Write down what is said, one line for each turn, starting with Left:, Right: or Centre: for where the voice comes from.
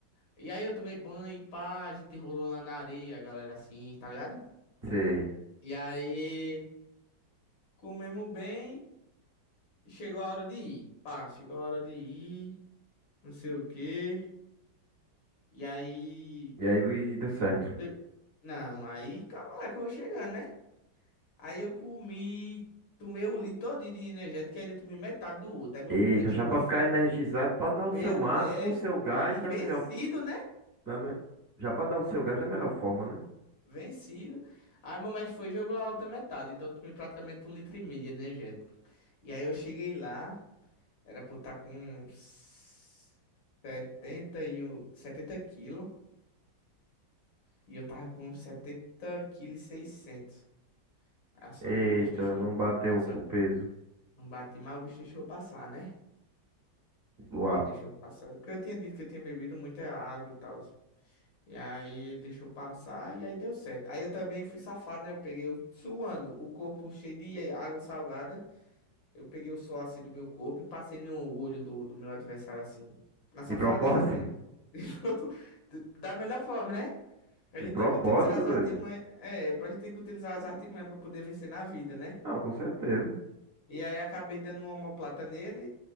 Left: E aí, eu tomei banho, e pá, a gente rolou lá na areia, a galera assim, tá ligado?
Right: Sei.
Left: E aí, comemos bem, chegou a hora de ir. Pá, chegou a hora de ir. não sei o quê. E aí.
Right: E aí e deu certo.
Left: eu- não, aí calma lá que eu vou chegando, né? Aí eu comi. Tomei o litro todinho de energético e ainda tomei metade do outro. Aí meu
Right: Eita,
Left: médico
Right: já
Left: jogou.
Right: pra
Left: fo-
Right: ficar energizado, pra dar
Left: Meu
Right: o seu máximo,
Left: mestre.
Right: o seu gás
Left: E
Right: da
Left: vencido,
Right: melhor.
Left: né?
Right: Da me- Já pra dar o seu gás da melhor forma, né?
Left: Vencido. Aí meu mestre foi e jogou a outra metade. Então eu tomei praticamente um litro e meio de energético. E aí eu cheguei lá. Era pra eu estar com uns 70 e um, 70 quilos. E eu tava com 70 quilos e 600. A sorte
Right: Eita,
Left: que o bicho deixou.
Right: não bateu
Left: A sorte
Right: o peso
Left: que não bati, mas o bicho deixou passar, né?
Right: do
Left: Aí
Right: ar.
Left: ele deixou passar. Porque eu tinha dito que eu tinha bebido muita água e tal. E aí ele deixou passar e aí deu certo. Aí eu também fui safado, né? Eu peguei o- suando, o corpo cheio de água salgada. Eu peguei o sol assim do meu corpo e passei no olho do, do meu adversário assim. Na safadeza
Right: De propósito?
Left: mesmo. <laughs> Da melhor forma, né? A
Right: De
Left: gente
Right: propósito,
Left: tem que utilizar as
Right: doido.
Left: artimanhas. É, a gente tem que utilizar as artimanhas pra poder vencer na vida, né?
Right: Não, com certeza.
Left: E aí acabei dando uma omoplata nele